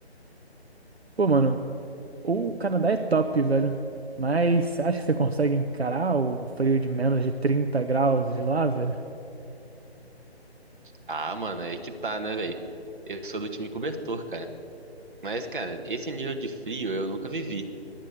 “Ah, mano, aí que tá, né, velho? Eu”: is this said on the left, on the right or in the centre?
Right